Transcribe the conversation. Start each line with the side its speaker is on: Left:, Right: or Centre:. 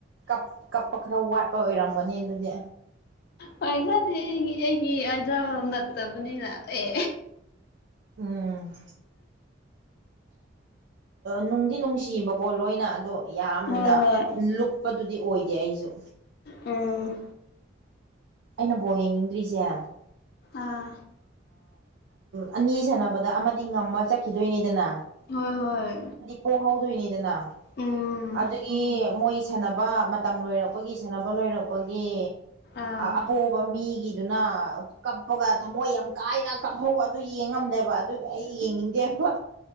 Right: ꯀꯞ ꯀꯞꯄ ꯈꯔ ꯋꯥꯠꯄ ꯑꯣꯏꯔꯝꯒꯅꯤ ꯑꯗꯨꯗꯤ
Left: ꯍꯣꯏ ꯈꯔꯗꯤ ꯑꯩꯒꯤ ꯑꯩꯒꯤ ꯑꯗꯣ ꯅꯠꯇꯕꯅꯤꯅ ꯑꯦ
Right: ꯎꯝ ꯅꯨꯡꯗꯤ ꯅꯨꯡꯁꯤꯕꯀꯣ ꯂꯣꯏꯅ ꯑꯗꯣ ꯌꯥꯝꯅ
Left: ꯍꯣꯏ ꯍꯣꯏ
Right: ꯂꯨꯞ ꯑꯗꯨꯗꯤ ꯑꯣꯏꯗꯦ ꯑꯩꯁꯨ
Left: ꯎꯝ
Right: ꯑꯩꯅ ꯕꯣꯜ ꯌꯦꯡꯅꯤꯡꯗ꯭ꯔꯤꯁꯦ
Left: ꯑꯥ
Right: ꯑ ꯅꯤ ꯁꯥꯟꯅꯕꯗ ꯑꯃꯗꯤ ꯉꯝꯃ ꯆꯠꯈꯤꯗꯣꯏꯅꯦꯗꯅ
Left: ꯍꯣꯏ ꯍꯣꯏ
Right: ꯄꯣ ꯍꯧꯗꯣꯏꯅꯤꯗꯅ
Left: ꯎꯝ
Right: ꯑꯗꯨꯒꯤ ꯃꯣꯏ ꯁꯥꯟꯅꯕ ꯃꯇꯝ ꯂꯣꯏꯔꯛꯄꯒꯤ ꯁꯥꯟꯅꯕ ꯂꯣꯏꯔꯛꯄꯒꯤ
Left: ꯑꯥ
Right: ꯑꯄꯣꯕ ꯃꯤꯒꯤꯗꯨꯅ ꯀꯞꯄꯒ ꯊꯃꯣꯏ ꯌꯥꯝ ꯀꯥꯏꯅ ꯀꯥꯞꯍꯧꯕ ꯑꯗꯨ ꯌꯦꯡꯉꯝꯗꯦꯕ ꯑꯗꯨꯒꯤ ꯑꯩ ꯌꯦꯡꯅꯤꯡꯗꯦꯕ